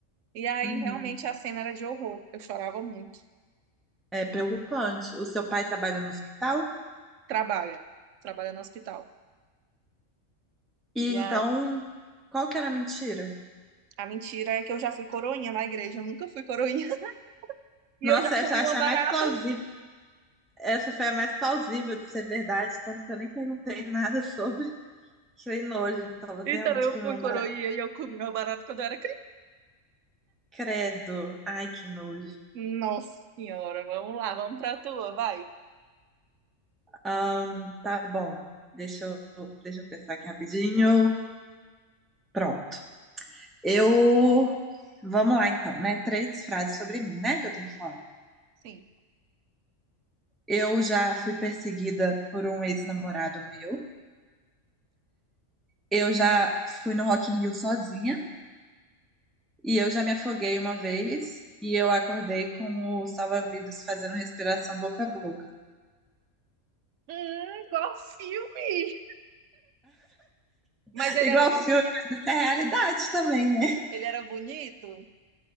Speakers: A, on the right; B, in the centre.
A: E aí
B: Uhum.
A: realmente a cena era de horror. Eu chorava muito.
B: É preocupante. O seu pai trabalha no hospital?
A: Trabalha, trabalha no hospital.
B: E
A: E
B: então,
A: a,
B: qual que era a mentira?
A: a mentira é que eu já fui coroinha na igreja, eu nunca fui coroinha. <laughs> E
B: Nossa,
A: eu já
B: essa
A: comi
B: eu achei
A: uma barata.
B: a mais plausível. Essa foi a mais plausível de ser verdade, tanto que eu nem perguntei <laughs> nada sobre. Que nojo, então você
A: Então
B: realmente
A: eu
B: comeu
A: fui
B: um
A: coroinha
B: barato.
A: e eu comi uma barata quando eu era
B: Credo. Ai, que nojo.
A: Nossa senhora, vamos lá, vamos pra tua, vai.
B: Ahn, tá bom. Deixa eu, deixa eu pensar aqui rapidinho. Pronto. Eu. Vamos lá, então, né? Três frases sobre mim, né? Que eu tenho que falar.
A: Sim.
B: Eu já fui perseguida por um ex-namorado meu. Eu já fui no Rock in Rio sozinha. E eu já me afoguei uma vez. E eu acordei com o salva-vidas fazendo respiração boca a boca.
A: Hum, igual filme.
B: <laughs>
A: Mas ele
B: Igual
A: era bonito?
B: filme, mas isso é realidade também, né?
A: Ele era bonito?